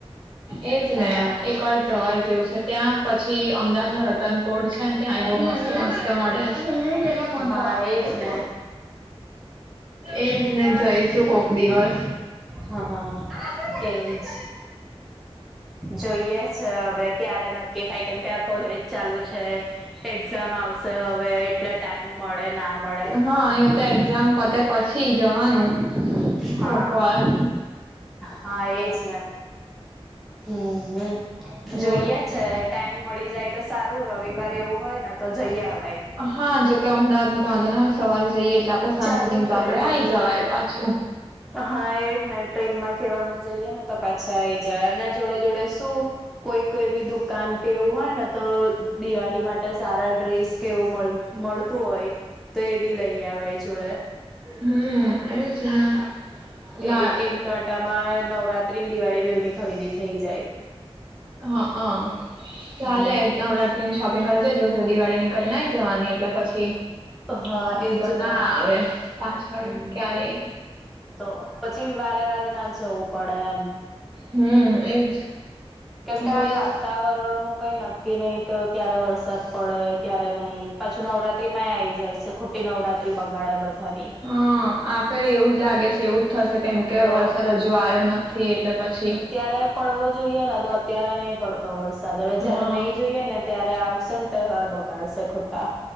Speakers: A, on the right; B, in the centre.
A: એજ
B: હા
A: ને એકવાર જવા જેવું છે ત્યાં પછી અમદાવાદમાં રતન છેને ત્યાં બહું મસ્ત મસ્ત મળે <unintelligible>
B: હા એજ ને
A: એજ ને જઈશું કોક દિવસ
B: હા હા, એ જ. જોઈએ છે હવે ક્યારે નક્કી થાય કેમ આ કોલેજ ચાલુ છે. એક્ઝામ આવશે અવે એટલે ટાઈમ મળે ના મળે
A: હા <unintelligible> તો એક્ઝામ પતે પછી જવાનું.
B: હા
A: કોકવાર
B: હા એજ ને. હમ્મ નું જોઈએ.
A: બોલો
B: છે ટાઈમ મળી જાય તો સારું રવિવારે એવું હોય ને તો જઈ અવાય.
A: હા જોકે અમદાવાદમાં તો વાંધો ન આવે સવારે જઈએ એટલે આપડે સાંજ
B: ચાલુ
A: સુધી
B: જ
A: તો
B: હોય
A: આપડે
B: બધું
A: આય જવાય પાછું.
B: હા એજ ને ટ્રેનમાં કે એવામાં જઈએ ને તો પાછા આઈ જવા અને જોડે જોડે શું કોઈક એવી દુકાન કેવું હોય ને, તો દિવાળી માટે સારા ડ્રેસ કેવું મળ- તું, હોય તો એ બી, લઈ આવાઈ જોડે.
A: હમ એજ ને લા
B: એ એક ઘાંટામાં નવરાત્રી ને દિવાળી બેવની ખરીદી થઈ જાય.
A: હા અ ચાલે
B: હમ
A: નવરાત્ર્ ની શોપિંગ કરે છે. જો દિવાળીની કરી આઈ જવાની એટલે પછી
B: હા
A: વાંધો
B: એજ
A: ના
B: ને
A: આવે, પાછળ
B: હમ
A: ક્યારેય.
B: તો પછી વારે વારે ના જવું પડે એમ.
A: હમ એજ
B: કેમકે
A: જોઈ
B: આ વાતાવરણ નું કઈ નક્કી નહી કે ક્યારે વરસાદ પડે ક્યારે નહી, પાછું નવરાત્રી માં એ આવી જાય છે. ખુટી નવરાત્રી બગાડે બધાની.
A: હા આ ફેરે એવું જ લાગે છે. એવું જ થશે કેમ કે
B: તો
A: વરસાદ હજુ આયો નથી એટલે પછી
B: ત્યારે પડવો જોઈએ, અત્યારે નઈ પડતો વરસાદ હવે જયારે
A: હા
B: નહી જોઈએ ને- ત્યારે આવશે ને તહેવાર બગાડશે ખોટા.